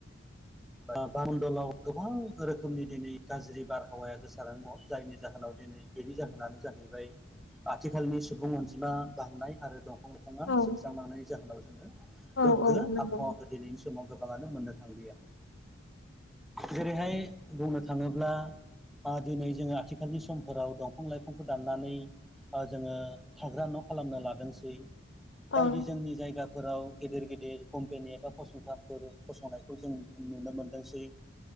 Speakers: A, in the centre; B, on the left.
A: ओ बारमणडलाव गोबां रोखोमनि दिनै गाज्रि बारहावाया गोसारनानै दङ जायनि जाहोनाव दिनै बेनि जाहोनानो जाहैबाय आथिखालनि सुबुं अनजिमा बांनाय आरो दं फां लाइफाङा
B: औ
A: जोबस्रांलांनायनि जाहोनाव जोङो
B: औ
A: गोग्गो
B: औ नंगौ
A: आबहावाखौ दिनैनि समाव गोबाङानो मोननो थांलिया। जेरैहाय बुंनो थाङोब्ला ओ दिनै जोङो आथिखालनि समफोराव दंफां लाइफांखौ दाननानै बा जोङो थाग्रा न' खालामनो लादोंसै
B: औ
A: बायदि
B: औ
A: जोंनि जायगा फोराव गिदिर गिदिर कम्पेनि एबा फसंथानफोर फसंनायखौ जों नुनो मोनदोंसै